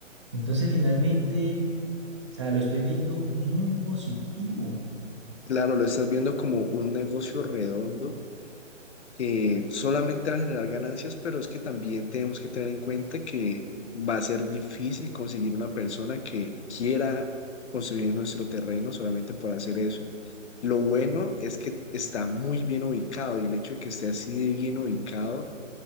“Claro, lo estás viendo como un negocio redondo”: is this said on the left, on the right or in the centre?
Left